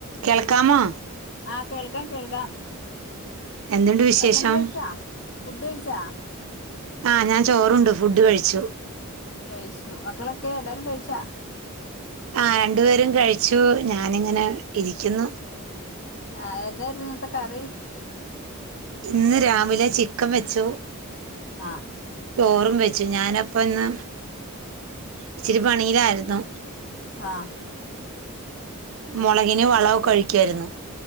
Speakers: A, on the right; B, on the left.
A: കേൾക്കാമോ
B: ആഹ് കേൾക്കാം കേൾക്കാം,
A: എന്തുണ്ട് വിശേഷം
B: ഭക്ഷണം കഴിച്ചാ ഫുഡ് കഴിച്ചാ
A: ആഹ് ഞാൻ ചോറുണ്ട് ഫുഡ്ഡ് കഴിച്ചു
B: കഴിച്ചു മക്കളൊക്കെ എല്ലാരും കഴിച്ചാ
A: ആഹ് രണ്ടു പേരും കഴിച്ചു. ഞാനിങ്ങനെ ഇരിക്കുന്നു.
B: ആഹ് എന്തായിരുന്നു ഇന്നത്തെ കറി
A: ഇന്ന് രാവിലെ ചിക്കൻ വെച്ചു
B: ആഹ്
A: ചോറും വെച്ചു ഞാനപ്പന്ന് ഇച്ചിരി പണിയിലായിരുന്നു
B: ആഹ്
A: മൊളകിന് വള ഒക്കെ കഴിക്ക്യായിരുന്നു